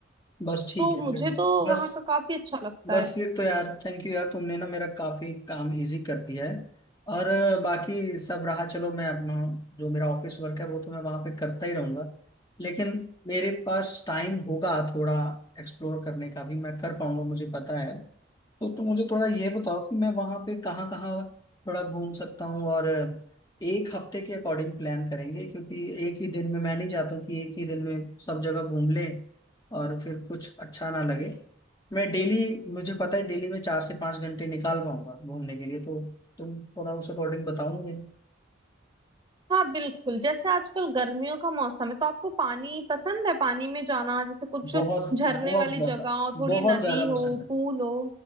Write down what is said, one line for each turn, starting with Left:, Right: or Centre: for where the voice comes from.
Left: बस ठीक
Right: तो
Left: है
Right: मुझे
Left: फिर
Right: तो वहाँ
Left: बस
Right: का काफी अच्छा लगता
Left: बस
Right: है
Left: फिर तो यार थैंक यू यार तुमने ना मेरा काफी काम इजी कर दिया है और अ, बाकी सब रहा चलो मैं अपना जो मेरा ऑफिस वर्क है वो तो मैं वहां पे करता ही रहूंगा लेकिन मेरे पास टाइम होगा थोड़ा एक्सप्लोर करने का भी मैं कर पाऊंगा मुझे पता है तो तुम मुझे थोड़ा ये बताओ कि मैं वहां पे कहाँ कहाँ थोड़ा घूम सकता हूँ और एक हफ्ते के अकॉर्डिंग प्लान करेंगे क्योंकि एक ही दिन में मैं नहीं चाहता हूँ कि एक ही दिन में सब जगह घूम लें और फिर कुछ अच्छा ना लगे मैं डेली मुझे पता है डेली में चार से पांच घंटे निकाल पाऊंगा घूमने के लिए तो तुम थोड़ा उस अकॉर्डिंग बताओ मुझे
Right: हाँ बिल्कुल जैसे आजकल गर्मियों का मौसम है तो आपको पानी पसंद है पानी में जाना जैसे कुछ
Left: बहुत
Right: झरने
Left: बहुत
Right: वाली
Left: ज्यादा
Right: जगह हो थोड़ी
Left: बहुत
Right: नदी
Left: ज्यादा
Right: हो
Left: पसंद है
Right: पूल हो